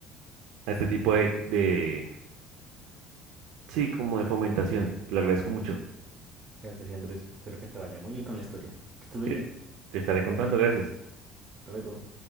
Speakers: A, on the right; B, on the right.
A: a este tipo de, de, sí, como de fomentación. Te lo agradezco mucho.
B: Claro que sí, Andrés. Espero que te vaya muy bien con la historia. Que estés muy
A: Te,
B: bien.
A: te estaré contando, gracias.
B: Hasta luego.